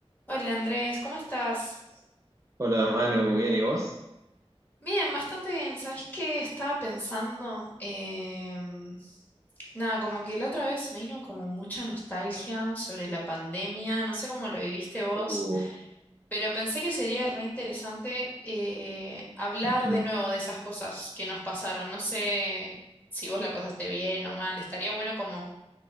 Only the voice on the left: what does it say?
Hola Andrés, ¿cómo estás?
Bien, bastante bien. ¿Sabes qué estaba pensando? Em, nada, como que la otra vez me vino como mucha nostalgia sobre la pandemia, no sé cómo lo viviste vos,
pero pensé que sería re interesante eh, hablar
de nuevo de esas cosas que nos pasaron. No sé si vos la pasaste bien o mal, estaría bueno como